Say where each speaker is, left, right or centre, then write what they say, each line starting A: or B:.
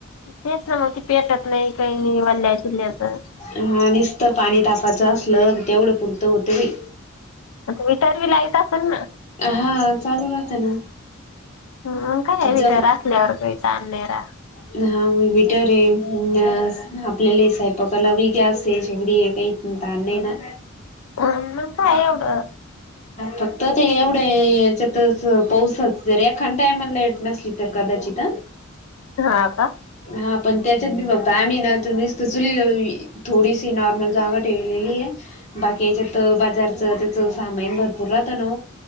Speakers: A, on the left (about 85°); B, on the left (about 35°).
A: तेच ना मग ती पेटत नाही काही नाही वाल्ल्या चिल्ल्याचं
B: ह नुसत पाणी तापाचं असलं तेवढं पुरतं होत गी
A: विटार बी लाईट असेल ना
B: हा चालू राहते ना
A: ह मग काय भथ
B: जम
A: रा असल्यावर का त आणलेरा
B: हा वटर आहे आपल्याला साहेपाकला हवी गॅस आहे शेवडी आहे काही तन ना
A: अ नम काय एवढ
B: फक्त ते एवढं याच्यात पाऊसच जर एखा टायमला लाईट नसली तर कदाचित
A: हा का
B: हा पण त्याच्यात बी बघत आम्ही ना तर नसत चुली थोडीशी नॉर्मल जागा ठेवलेली आहे बाकीच्यात बाजारचं त्याच सामान भरपूर राहतं ना